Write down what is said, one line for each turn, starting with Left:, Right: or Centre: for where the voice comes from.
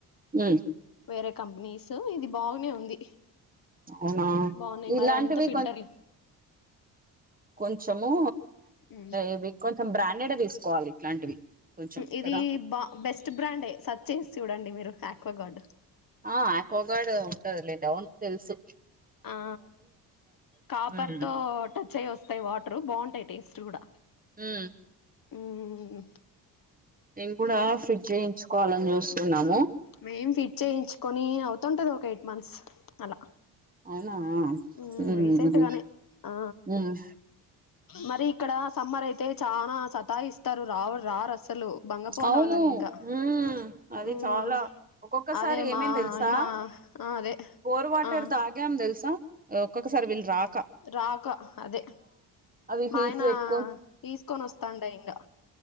Right: మ్
Left: వేరే కంపెనీస్ ఇది బాగునే ఉంది
Right: అవునా
Left: బాగున్నాయి
Right: ఇలాంటివి
Left: మరి అంత ఫిల్టర్ంగ్
Right: కొంచము
Left: ఉమ్.
Right: ఇవి కొంచెం బ్రాండెడె తీసుకోవాలి ఇట్లాంటివి కొంచెం
Left: ఇది
Right: కదా
Left: బా బెస్ట్ బ్రాండే సర్చ్ చేసి చూడండి మీరు యాక్వగార్డు
Right: ఆ ఆక్వా గార్డ్ ఉంటుందిలేండి అవును తెల్సు
Left: ఆ కాపర్
Right: ఉమ్
Left: తో టచ్ అయి వస్తాయి వాటర్ బావుంటాయి టేస్ట్ కూడా
Right: ఉమ్
Left: మ్మ్
Right: నేను కూడా ఫిట్ జేయించుకోవాలని చూస్తున్నాము
Left: మేం ఫిట్ చేయించుకొని అవుతుంటది ఒక ఎయిట్ మంత్స్ అలా
Right: అవునా మ్
Left: మ్మ్ రీసెంట్ గానే ఆ
Right: మ్
Left: మరి ఇక్కడ సమ్మర్ అయితే చానా సతా ఇస్తారు రావు రారసల్ అసలు బంగపోల
Right: అవును
Left: వాళ్ళని ఇంకా
Right: ఉమ్ అది
Left: మ్
Right: చాలా ఒక్కొక్కసారి
Left: అదే
Right: ఏమైంది
Left: మా
Right: తెలుసా
Left: అయనా ఆ అదే
Right: బోర్ వాటర్
Left: ఆ
Right: తాగాం తెలుసా ఒక్కొక్కసారి వీళ్ళు రాక
Left: రాక అదే
Right: అవి
Left: మా
Right: హీట్
Left: ఆయన
Right: పెట్టుకొని
Left: తీసుకొని వస్తాండే ఇంగా